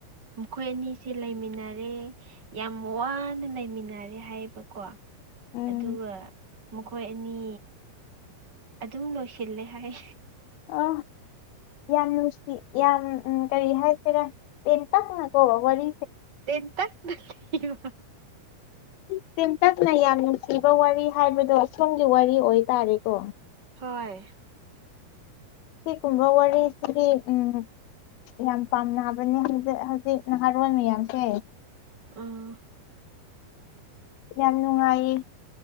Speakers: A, on the right (about 25°); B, on the left (about 75°).
A: ꯃꯈꯣꯏ ꯑꯅꯤꯁꯦ ꯂꯩꯃꯤꯟꯅꯔꯦ ꯌꯥꯝ ꯋꯥꯅ ꯂꯩꯃꯤꯟꯅꯔꯦ ꯍꯥꯏꯌꯦꯕꯀꯣ
B: ꯎꯝ
A: ꯑꯗꯨꯒ ꯃꯈꯣꯏ ꯑꯅꯤ ꯑꯗꯨꯝ ꯂꯣꯏꯁꯤꯜꯂꯦ ꯍꯥꯏ
B: ꯑ ꯌꯥꯝ ꯅꯨꯡꯁꯤ ꯌꯥꯝ ꯀꯔꯤ ꯍꯥꯏꯁꯤꯔꯥ ꯇꯦꯟꯇꯛꯅꯀꯣ ꯋꯥꯔꯤ
A: ꯇꯦꯟ ꯇ ꯅ ꯂꯤꯕ
B: ꯎ ꯇ‌ꯦꯟꯇꯛꯅ ꯌꯥꯝ ꯅꯨꯡꯁꯤꯕ ꯋꯥꯔꯤ ꯍꯥꯏꯕꯗꯣ ꯑꯁꯣꯝꯒꯤ ꯋꯥꯔꯤ ꯑꯣꯏꯇꯥꯔꯦꯀꯣ
A: ꯍꯣꯏ
B: ꯁꯤꯒꯨꯝꯕ ꯋꯥꯔꯤꯁꯤꯗꯤ ꯎꯝ ꯌꯥꯝ ꯄꯥꯝꯅꯕꯅꯦ ꯍꯧꯖꯤꯛ ꯍꯧꯖꯤꯛ ꯅꯍꯥꯔꯣꯜ ꯃꯌꯥꯝꯁꯦ
A: ꯑꯥ
B: ꯌꯥꯝ ꯅꯨꯡꯉꯥꯏꯌꯦ